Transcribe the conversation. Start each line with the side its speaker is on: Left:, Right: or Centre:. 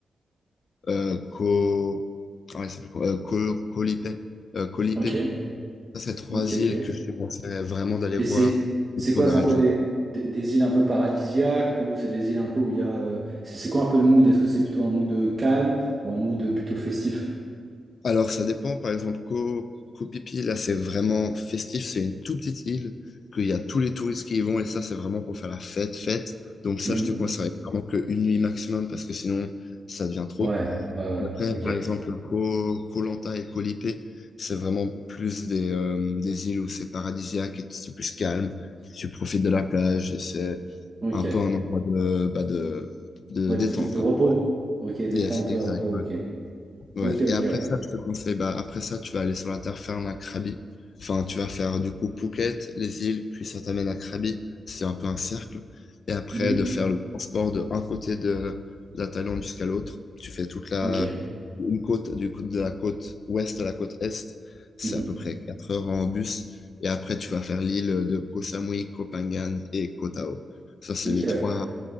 Left: euh, Koh... Ah, il s'appelle comment Euh, Koh- Koh Lipe. Euh, Koh Lipe.
Right: Ok.
Left: Ça, c'est trois
Right: Ok, ok.
Left: îles que je te conseillerais vraiment d'aller
Right: Et
Left: voir
Right: c'est,
Left: autour
Right: c'est quoi?
Left: de
Right: C'est
Left: la région.
Right: un peu des, des, des îles un peu paradisiaques ou c'est des îles un peu où il y a. euh, C'est c'est quoi un peu le mood? Est-ce que c'est plutôt un mood euh, calme ou un mood euh, plutôt festif?
Left: Alors, ça dépend. Par exemple, Koh, Koh Phi Phi, là, c'est vraiment festif. C'est une toute petite île qu'il y a tous les touristes qui y vont. Et ça, c'est vraiment pour faire la fête, fête. Donc, ça,
Right: Mhm.
Left: je te conseille vraiment qu'une nuit maximum parce que sinon, ça devient trop.
Right: Ouais, ouais, ouais.
Left: Après,
Right: Ok,
Left: par exemple, Koh, Koh Lanta et Koh Lipet, c'est vraiment plus des, euh, des îles où c'est paradisiaque et c'est plus calme. Tu profites de la plage et c'est
Right: ok.
Left: un peu un endroit de, bah, de, de
Right: Ouais,
Left: détente.
Right: de, de, de
Left: un
Right: repos.
Left: peu, ouais.
Right: Ok, détente,
Left: Yes, exact.
Right: ouais, repos,
Left: ouais.
Right: ok.
Left: Ouais.
Right: Ok, ok,
Left: Et après
Right: ouais.
Left: ça, je te conseille, bah, après ça, tu vas aller sur la terre ferme à Krabi. Enfin, tu vas faire du coup Phuket, les îles, puis ça t'amène à Krabi. C'est un peu un cercle. Et après,
Right: Mhm.
Left: de faire le transport de un côté de la Thaïlande jusqu'à l'autre. Tu fais toute la,
Right: Ok.
Left: une côte, du coup, de la côte ouest à la côte est. C'est
Right: Mhm.
Left: à peu près 4 heures en bus. Et après, tu vas faire l'île de Koh Samui, Koh Phangan et Koh Tao. Ça, c'est
Right: Ok,
Left: les
Right: ouais.
Left: trois